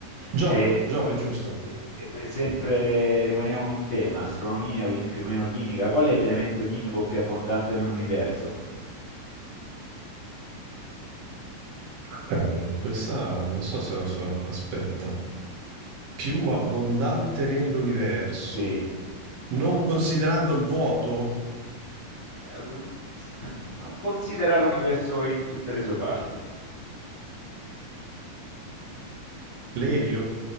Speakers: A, on the right (about 80°); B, on the left (about 45°).
A: Giove,
B: E,
A: Giove, giusto.
B: e- sempre rimaniamo in tema, astronomia, quindi più o meno chimica. Qual è l'elemento chimico più abbondante nell'universo?
A: Cavolo, questa non so se lo so. Aspetta. Più abbondante nell'universo,
B: Sì.
A: non considerando il vuoto,
B: Ehm, s- Considera l'universo in tutte le sue parti.
A: l'elio,